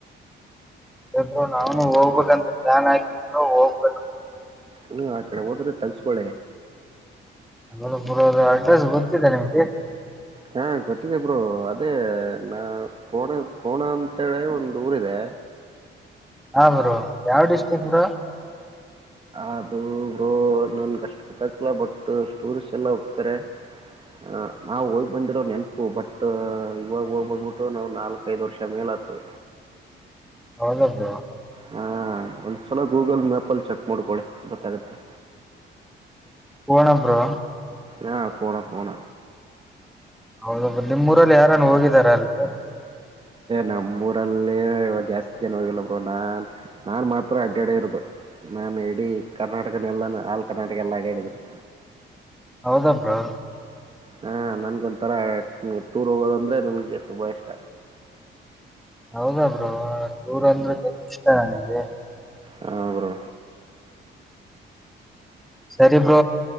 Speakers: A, in the centre; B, on the right.
A: ಅದಾದ್ರರು ನಾವ್ನು ಹೋಗ್ಬೇಕಂತ ಪ್ಲಾನ್ ಆಗ ಹೋಗ್ಬೇಕು
B: ಹ ಆ ಕಡೆ ಹೋದ್ರೆ ತಗ್ಸ್ಕೊಳೆ
A: ಅ ಬರ ಅಡ್ರೆಸ್ ಗೊತ್ತಿದೆ ನಿಮ್ಗೆ
B: ಹಾ ಗೊತ್ತಿದೆ ಬ್ರರು ಅದೇ ನ ಕೋಣ ಕೋಣ ಅಂತೇಳೆ ಒಂದು್ ಊರಿದೆ
A: ಹ ಬ್ರೋ ಯಾವ ಡಿಸ್ಟಿಕ್ ಬ್ರೋ?
B: ಅದು ನನ್ ಕಷ್ಟ ಗೊತ್ತಕ್ಲ್ಲ ಬಟ್ ಸ್ಟೋರ್ಸ್ ಎಲ್ಲ ಹೋಗ್ತಾರೆ ಹ ನಾವ್ ಹೋಗ್ ಬಂದಿರೋ ನೆನಪು ಬಟ್ ಇವಾಗ ಹೋಗ್ ಬಂದ್ಬಿಟ್ಟು ನಾವ್ ನಾಲ್ಕ ಐದು ವರ್ಷ ಮೇಲೆ ಹತ್ತು
A: ಹೌದದ
B: ಹಾ ಒಂದ್ಸಲ ಗೂಗಲ್ ಮ್ಯಾಪಲ್ಲಿ ಚೆಕ್ ಮಾಡ್ಕೊಳ್ಳಿ ಗೊತ್ತಾಗತ್ತೆ
A: ಕೊಣ ಬ್ರೋ
B: ಹಾ ಕೊಣ ಕೊಣ
A: ಹೌದ ನಿಮ್ ಊರಲ್ಲಿ ಯಾರನ್ನು ಹೋಗಿದಾರ ಅಲ್ಲಿ
B: ನಮ್ಮೂಊರಲ್ಲಿ ಇವ ಜಾಸ್ತಿ ಜನ ಹೋಗಿಲ್ಲಬರು ನಾನ್ ನಾನ್ ಮಾತ್ರ ಅಡ್ಡ ಅಡೆ ಇರೋದು ನಾು ಇಡೀ ಕರ್ನಾಟಕನೆ ಎಲ್ಲಾನ ಆಲ್ ಕರ್ನಾಟಕ ಎಲ್ಲ ಅಡ ಹೇಳಿದನಿ
A: ಹೌದ ಬ್ರೋ
B: ಹಾ ನನ್ಗ ಒಥರ ಟೂರ್ ಹೋಗೋದಂದ್ರೆ ನನ್ಗೆ ತುಂಬಾ ಇಷ್ಟ
A: ಹೌದ ಬ್ರೋ ಟೂರ್ ಅಂದ್ರೆ ಇಷ್ಟ ನಿಂಗೆ
B: ಹಾಂ ಬ್ರೋ
A: ಸರಿಬ್ರ